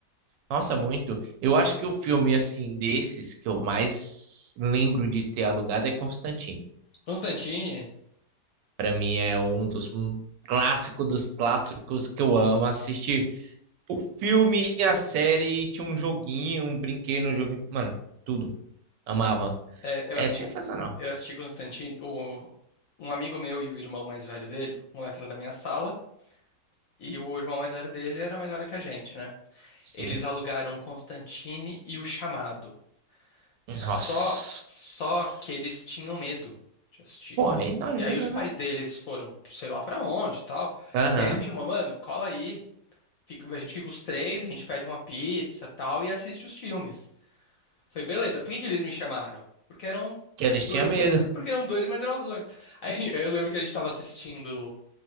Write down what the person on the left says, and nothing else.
Constantine,
é, eu
assisti,
eu assisti Constantine, o, um amigo meu e o irmão mais velho dele, o moleque era da minha sala. E o irmão mais velho dele era mais velho que a gente, né?
Eles alugaram Constantine e O Chamado. Só,
só que eles tinham medo de assistir.
E aí os pais
deles foram, sei lá pra onde e tal.
E aí ele me chamou, mano, cola aí. Fica- a gente fica os três, a gente pede uma pizza tal e assiste os filmes. Foi beleza. Por que que eles me chamaram? Porque eram
dois,
me- porque eram dois medrosões. <laughs> Aí eu lembro que a gente tava assistindo.